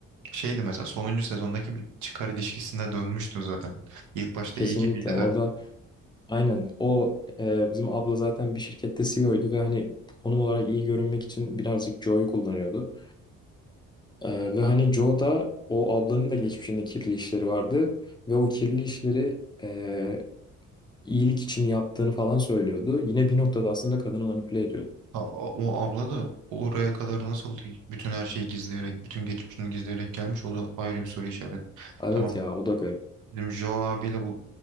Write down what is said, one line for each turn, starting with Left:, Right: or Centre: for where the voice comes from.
Right: şeydi mesela sonuncu sezondaki bir çıkar ilişkisine dönmüştü zaten. İlk başta
Left: Kesinlikle
Right: iyi gibiydi
Left: orada
Right: de
Left: aynen o e, bizim abla zaten bir şirkette CEO'ydu ve hani konum olarak iyi görünmek için birazcık Joe'yu kullanıyordu. Ee, ve hani Joe da o ablanın da geçmişinde kirli işleri vardı. Ve o kirli işleri e, iyilik için yaptığını falan söylüyordu. Yine bir noktada aslında kadını manipüle ediyordu.
Right: A- a- o abla da oraya kadar nasıl bütün her şeyi gizleyerek, bütün geçmişini gizleyerek gelmiş o da ayrı bir soru işareti.
Left: Evet
Right: Tamam
Left: ya o da garip.
Right: bizim Joe abiyle bu